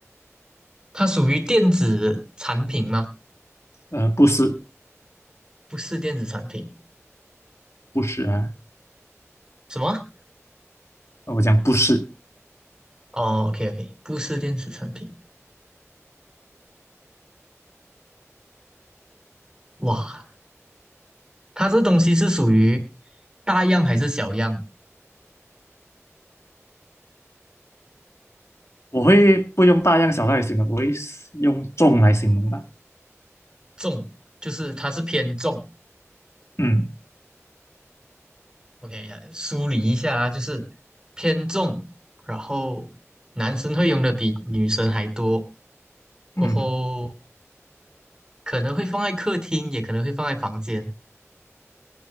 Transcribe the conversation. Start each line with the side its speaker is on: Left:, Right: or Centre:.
Right: 它属于电子产品吗？
Left: 呃，不是，
Right: 不是电子产品，
Left: 不是啊，
Right: 什么？
Left: 我讲不是，
Right: 哦，OK OK，不是电子产品。哇，它这东西是属于大样还是小样？
Left: 我会不用大样小样来形容，我会用重来形容吧。
Right: 重，就是它是偏重。
Left: 嗯
Right: OK，来梳理一下啊，就是偏重，然后男生会用的比女生还多，过后
Left: 嗯
Right: 可能会放在客厅，也可能会放在房间。